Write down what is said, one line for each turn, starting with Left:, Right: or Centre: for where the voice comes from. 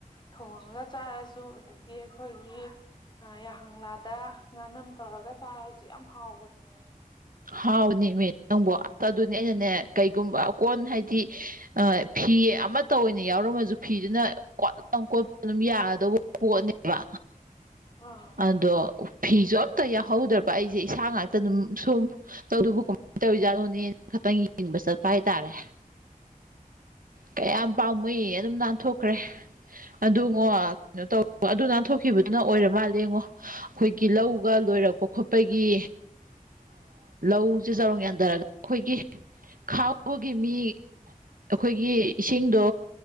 Left: ꯊꯣꯡꯉꯒ ꯆꯥꯔꯁꯨ ꯑꯗꯒꯤ ꯑꯩꯈꯣꯏꯒꯤ ꯌꯥꯏꯍꯪꯪꯂꯥꯗ ꯉꯥꯅꯝ ꯇꯧꯔꯒ ꯆꯥꯔꯁꯨ ꯌꯥꯝ ꯍꯥꯎꯕꯅꯦꯕ
Right: ꯍꯥꯎꯅꯦꯃꯦ ꯅꯪꯕꯨꯣ ꯑꯁ ꯑꯗꯨꯅꯦ ꯑꯩꯅꯅꯦ ꯀꯩꯒꯨꯝꯕ ꯀꯣꯟ ꯍꯥꯏꯗꯤ ꯐꯤ ꯑꯃꯠꯇ ꯑꯣꯏꯅ ꯌꯥꯎꯔꯝꯃꯁꯨ ꯐꯤꯗꯨꯅ ꯀꯣꯠꯂꯝ ꯀꯣꯠꯄ ꯑꯗꯨꯝ ꯌꯥꯒꯗꯧꯕ ꯄꯅꯤ ꯋꯥ
Left: ꯑꯥ
Right: ꯑꯗꯣ ꯐꯤꯁꯨ ꯑꯝꯇ ꯌꯥꯎꯍꯧꯗ꯭ꯔꯕ ꯑꯩꯁꯦ ꯏꯁꯥ ꯉꯥꯛꯇ ꯑꯗꯨꯝ ꯁꯨꯝ ꯇꯧꯗꯨꯕꯨ ꯀꯃꯥꯏꯅ ꯇꯧꯔꯤꯖꯥꯠꯅꯣꯅꯦꯅ ꯈꯇꯪ ꯌꯦꯡꯕ ꯆꯠꯄ ꯍꯥꯏꯇꯥꯔꯦ ꯀꯌꯥꯝ ꯄꯥꯝꯃꯨ ꯑꯗꯨꯝ ꯅꯥꯟꯊꯣꯛꯈ꯭ꯔꯦ ꯑꯗꯨꯉꯣ ꯀꯩꯅ ꯇꯧ ꯑꯗꯨ ꯅꯥꯥꯟ ꯊꯣꯛꯈꯤꯕꯗꯨꯅ ꯑꯣꯏꯔ ꯃꯥꯜꯂꯦ ꯌꯦꯡꯉꯣ ꯑꯩꯈꯣꯏꯒꯤ ꯂꯧꯒ ꯂꯣꯏꯔꯛꯄ ꯈꯣꯠꯄꯒꯤ ꯎꯁꯦ ꯆꯔꯣꯡ ꯌꯥꯟꯊꯔꯒ ꯑꯩꯈꯣꯏꯒꯤ ꯈꯥꯎꯕꯒꯤ ꯃꯤ ꯑꯩꯈꯣꯏꯒꯤ ꯏꯁꯤꯡꯗꯣ